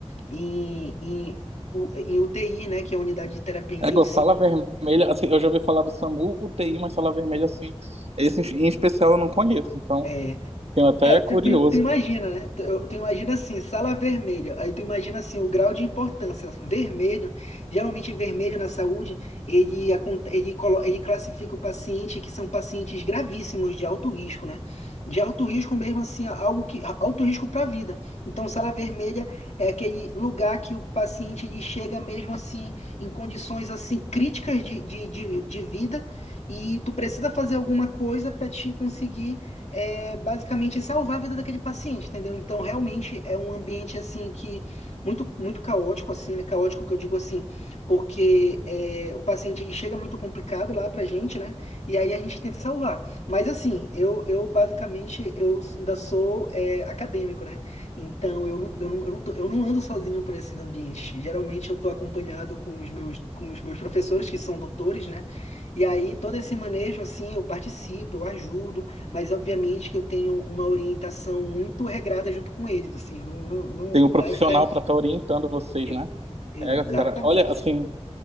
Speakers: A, on the left (about 80°); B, on the right (about 65°).
A: em, em, U- em UTI, né? Que é a unidade de terapia intensiva.
B: É, Gô, sala vermelha, assim, eu já ouvi falar do SAMU, UTI, mas sala vermelha, assim, esse em especial eu não conheço, então
A: é,
B: fiquei até
A: É, tu,
B: curioso.
A: tu- tu imagina, né? Tu, tu imagina assim, sala vermelha. Aí tu imagina assim, o grau de importância. Vermelho, geralmente vermelho na saúde, ele, acon- ele, colo- ele classifica o paciente que são pacientes gravíssimos de alto risco, né? De alto risco mesmo assim, algo que alto risco para a vida. Então, sala vermelha é aquele lugar que o paciente ele chega mesmo assim em condições assim críticas de, de, de, de vida e tu precisa fazer alguma coisa para te conseguir é basicamente salvar a vida daquele paciente, entendeu? Então, realmente é um ambiente assim que muito muito caótico assim, né? Caótico que eu digo assim, porque é, o paciente ele chega muito complicado lá pra gente, né? E aí a gente tenta salvar. Mas assim, eu, eu basicamente eu ainda sou é, acadêmico, né? Então eu não, eu não, eu não, tô- eu não ando sozinho para esses ambientes. Geralmente eu tô acompanhado com os meus com os meus professores que são doutores, né? E aí todo esse manejo assim, eu participo, eu ajudo. Mas obviamente que eu tenho uma orientação muito regrada junto com eles, assim, eu não, não, não-
B: Tem um profissional
A: é- é-
B: para estar orientando vocês,
A: ex-
B: né?
A: exatamente.
B: É, cara, olha, assim,